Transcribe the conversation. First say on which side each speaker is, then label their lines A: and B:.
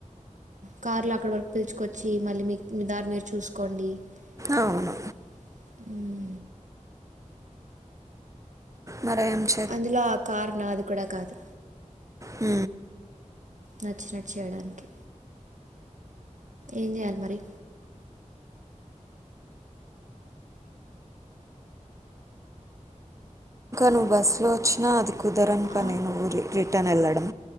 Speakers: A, on the right; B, on the right.
A: కార్లో అక్కడ వరకు పిలుచుకొచ్చి మళ్ళీ మీ మీ దారి మీరు చూసుకోండి
B: అవును <unintelligible>
A: అ <inaudible>
B: మరేంంచి <unintelligible>
A: అందులో ఆ కారు నాది కూడా కాదు
B: ఉ
A: నచ్చినట్టు చేయడానికి ఏం చేయాలి మరి
B: నువ్వు బస్సులో వచ్చినా అది కుదరని పని
A: ఆ,
B: నువ్వు రి రిటర్న్ వెళ్ళడం